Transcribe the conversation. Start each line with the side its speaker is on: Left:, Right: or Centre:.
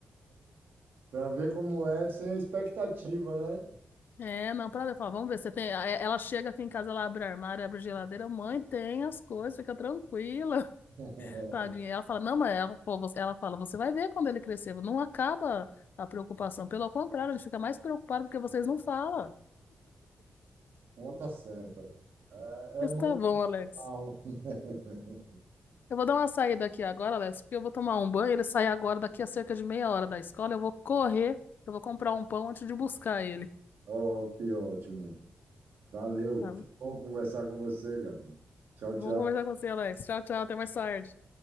Right: Para ver como é sem a expectativa, né?
Left: É, não, pra ver, fala, vamos ver, você tem. Aí Ela chega aqui em casa, ela abre o armário, abre a geladeira, mãe, tem as coisas, fica tranquila, <laughs>
Right: <laughs>
Left: tadinha. Ela fala, não, mas ela, pô, você- ela fala, você vai ver quando ele crescer, não acaba a preocupação. Pelo contrário, a gente fica mais preocupado porque vocês não falam.
Right: Conta certa. É,
Left: Mas
Right: é muito
Left: tá bom, Alex.
Right: legal. <laughs>
Left: Eu vou dar uma saída aqui agora, Alex, porque eu vou tomar um banho. Ele sai agora, daqui a cerca de meia hora da escola. Eu vou correr, eu vou comprar um pão antes de buscar ele.
Right: Oh, que ótimo. Valeu.
Left: Tá bom.
Right: Foi bom conversar com você, Gabi. Tchau, tchau.
Left: Vamos conversar com você, Alex. Tchau, tchau. Até mais tarde.